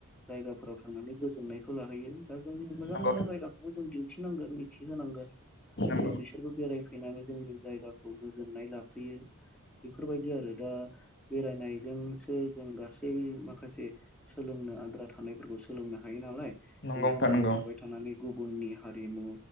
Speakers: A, in the centre; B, on the left.
A: जायगाफोराव थांनानै गोजोननायखौ लाहैयो। दा जोंनि मोजां
B: नंगौ
A: मोजां जायगाखौबो जों दिन्थिनांगोन मिथिहांगोन। जेन'
B: नोंथां नंगौ
A: बिसोरबो बेरायफैनानै जोंनि जायगाखौ गोजोननाय लाफैयो। बेफोरबायदि आरो दा बेरायनाय जोंसो जों गासै माखासे सोलोंनो आद्रा थानायफोरखौ सोलोंनो हायो नालाय।
B: नंगौ
A: जोंथ'
B: नोंथां
A: न'आव
B: नंगौ
A: थाबाय थानानै गुबुननि हारिमु